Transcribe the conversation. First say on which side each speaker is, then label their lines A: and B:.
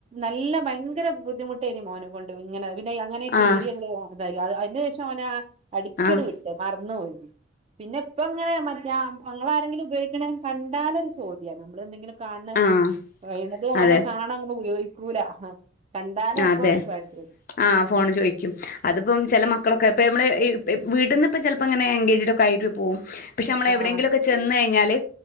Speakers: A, on the right; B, on the left.
A: നല്ല ഭയങ്കര ബുദ്ധിമുട്ടേനി മോനെ കൊണ്ട്ു ഇങ്ങനെ പിന്നെ അങ്ങനെ ടി
B: ആഹ്
A: വി എങ്ങ അത അതിന് ശേഷം അവന അടിച്ചടി
B: ആഹ്
A: വിട്ട് മറന്നു പോ പിന്നെ ഇപ്പ ഇങ്ങനെയ മറ്റേ മങ്ങാരങ്കിലും ഉപയോഗിക്കണേ കണ്ടാലരു ചോദ്യിയാ നമ്മൾ എന്തെങ്കിലും കാണ്ണത്
B: ആഹ് അതെ
A: നെ കാണാങ്ങ ഉപയോഗിക്കൂല കണ്ടാന അപ്പൊ
B: അതെ
A: വേണ്ട
B: ആഹ്
A: ഉ
B: ഫോണ് ചോദിക്കും അതിപ്പം ചില മക്കളൊക്കെ ഇപ്പ നമ്മ വീട്ടിൽന്ന ഇപ്പ ചിലപ്പോ ഇങ്ങനെ എൻഗേജ്ഡ് ഒക്കെ ആയിട്ട് പോകും പക്ഷെ നമ്മള
A: ആഹ്
B: എവിടെയെങ്കിലും ഒക്കെ ചെന്ന് കഴിഞ്ഞാല്